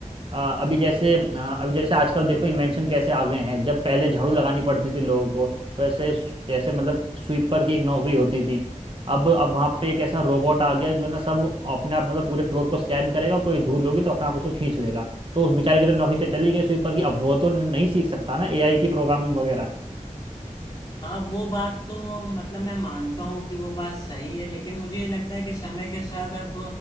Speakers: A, on the right; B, on the left.
A: अ, अभी जैसे अ, अभी जैसे आजकल देखो इन्वेंशन कैसे आ गए हैं जब पहले झाड़ू लगानी पड़ती थी लोगों को तो ऐसे जैसे मतलब स्वीपर की एक नौकरी होती थी अब अब वहाँ पे एक ऐसा रोबोट आ गया जो ना सब अपने आप मतलब पूरे फ्लोर को स्कैन करेगा कोई धूल होगी तो अपने आप उसको खींच लेगा तो उस बेचारे की तो नौकरी चली गई स्वीपर की अब वो तो नहीं सीख सकता ना एआई की प्रोग्रामिंग वगैरह
B: हाँ वो बात तो मतलब मैं मानता हूँ कि वो बात सही है लेकिन मुझे ये लगता है कि समय के साथ अब